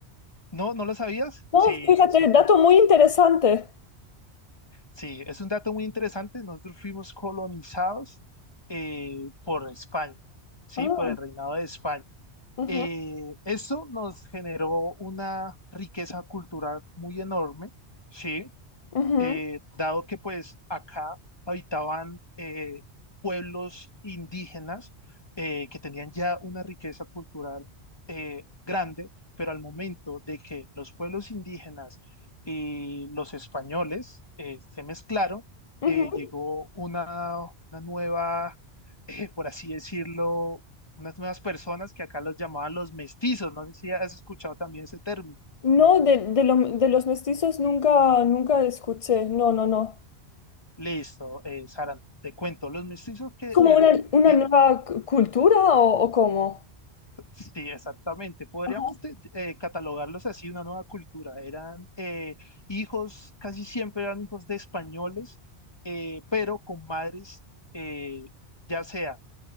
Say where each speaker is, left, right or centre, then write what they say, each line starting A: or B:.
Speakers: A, on the left; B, on the left.
A: ¿No, no lo sabías?
B: No,
A: Sí,
B: fíjate,
A: nosotros
B: dato muy interesante.
A: Sí, es un dato muy interesante. Nosotros fuimos colonizados eh, por España, ¿sí?
B: Ah,
A: Por el reinado de España.
B: ujú,
A: Eh, esto nos generó una riqueza cultural muy enorme, ¿sí?
B: ujú.
A: eh, dado que pues acá habitaban eh, pueblos indígenas eh, que tenían ya una riqueza cultural eh, grande, pero al momento de que los pueblos indígenas y los españoles eh, se mezclaron,
B: Ujú.
A: eh, llegó una, una nueva, <laughs> eh, por así decirlo, unas nuevas personas que acá los llamaban los mestizos. No sé si has escuchado también ese término.
B: No, de, de, lo- de los mestizos nunca, nunca escuché. No, no, no.
A: Listo, eh, Sara, te cuento, los mestizos que
B: ¿Como
A: eran,
B: una, una
A: eh,
B: nueva cu- cultura o, o cómo?
A: sí, exactamente, podríamos
B: Ajá.
A: de- eh, catalogarlos así, una nueva cultura, eran eh, hijos, casi siempre eran hijos de españoles, eh, pero con madres, eh, ya sea